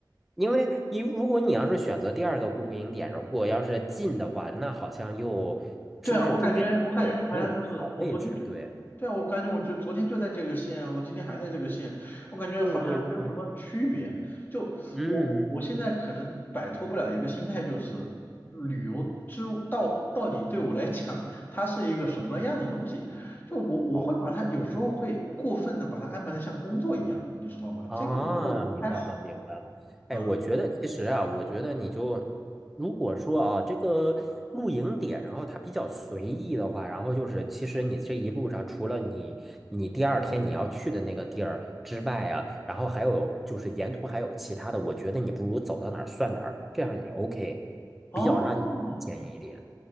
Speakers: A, in the centre; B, on the left.
A: 因为你如果你要是选择第二个露营点，如果要是近的话，那好像又是不是中间又没有好位置？
B: 对啊，我感觉我感觉就好像就是我昨天就，
A: 对，
B: 对啊，我感觉我就昨天就在这个县，我今天还在这个县，我感觉好像没有什么区别。
A: 对对对，
B: 就我我现在可能摆脱不了一个心态，
A: 嗯。
B: 就是旅游之到到底对我来讲，它是一个什么样的东西？就我我会把它有时候会过分的把它安排的像工作一样，
A: 好。
B: 你知道吗？
A: 啊，
B: 这个我觉得我不太好。
A: 明白了，明白了。哎，
B: 嗯，
A: 我觉得其实啊，我觉得你就如果说啊，这个露营点，然后它比较随意的话，然后就是其实你这一路上，除了你你第二天你要去的那个地儿之外啊，然后还有就是沿途还有其他的，我觉得你不如走到哪儿算哪儿，这样也 OK，
B: 哦，
A: 比较让你简易一点。